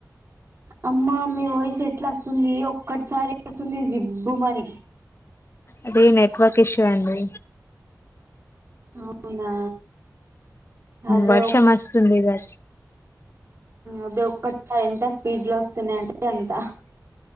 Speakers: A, on the right (about 45°); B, on the left (about 40°).
A: అమ్మా మీ వయిస్ ఎట్లా వస్తుంది ఒక్కటిసారి వస్తుంది జిబ్బుమని
B: అదే నెట్వర్క్ ఇష్యూ అండి
A: అవునా అదే
B: వర్షమస్తుది కదా
A: అది ఒక్కటిసారి ఎంత స్పీడ్ లో వస్తున్నాయింటడి అంత